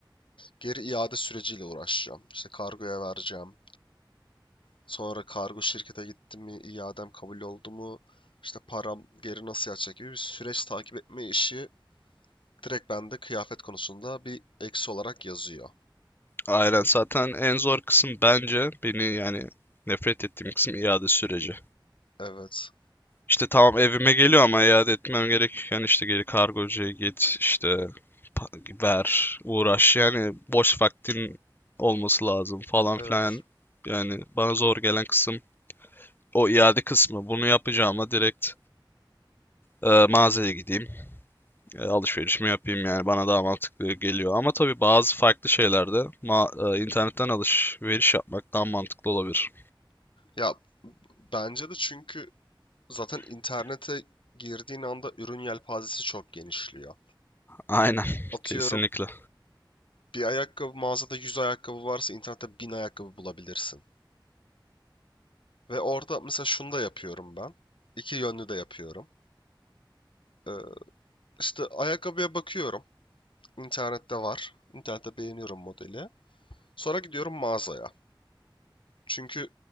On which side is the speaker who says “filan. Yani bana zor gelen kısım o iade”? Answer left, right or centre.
Left